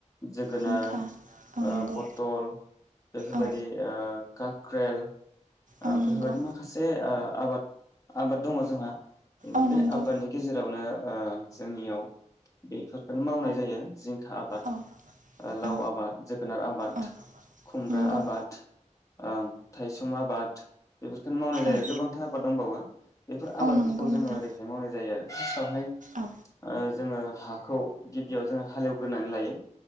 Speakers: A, on the left (about 25°); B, on the right (about 85°).
A: जोगोनार
B: जिंखा
A: ओ
B: औ नंगौ
A: पथल बेफोरबायदि
B: औ
A: ओ काक्रेल ओ
B: औ नंगौ
A: बेफोरबायदि माखासे ओ आबाद आबाद दङ जोंहा
B: औ
A: बे
B: नंगौ
A: आबादनि गेजेरावनो ओ जोंनियाव बेफोरखौनो मावनाय जायो जिंखा आबाद
B: औ
A: लाव
B: औ
A: आबाद जोगोनार आबाद
B: औ
A: खुमब्रा
B: नंगौ
A: आबाद ओं थायसुम आबाद बेफोरखौनो मावनाय जायो
B: औ
A: आरो गोबांथार आबाद दंबावो बेफोर आबादफोरखौ
B: औ नंगौ नोंथां
A: जोङो ओरैहाय मावनाय जायो <unintelligible> फ्राय ओ
B: औ
A: जोङो हाखौ गिबियाव जोङो हालेवग्रोनानै लायो